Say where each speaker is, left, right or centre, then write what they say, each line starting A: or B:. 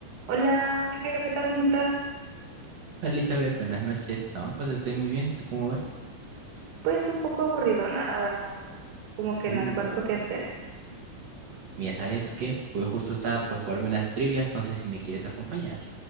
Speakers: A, on the right; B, on the right.
A: Hola, hola Jairo, ¿qué tal? ¿Cómo estás?
B: Hola, Elizabeth, buenas noches. No, pues estoy muy bien. ¿Tú cómo vas?
A: Pues un poco aburridona, la verdad. Como que
B: Uh,
A: no encuentro qué hacer.
B: mira, ¿sabes qué? Pues justo estaba por jugarme unas trivias. No sé si me quieres acompañar.